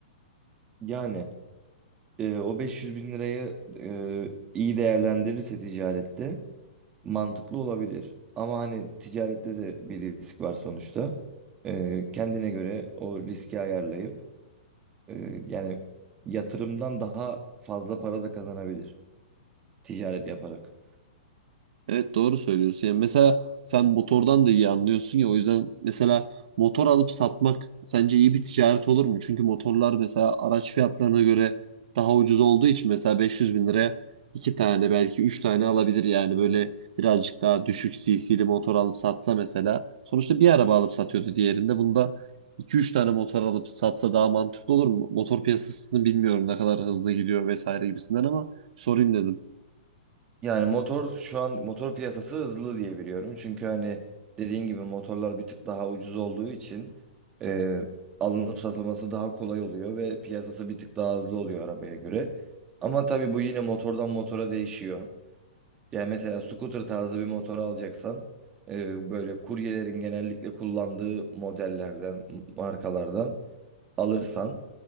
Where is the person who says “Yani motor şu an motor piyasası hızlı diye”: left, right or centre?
Right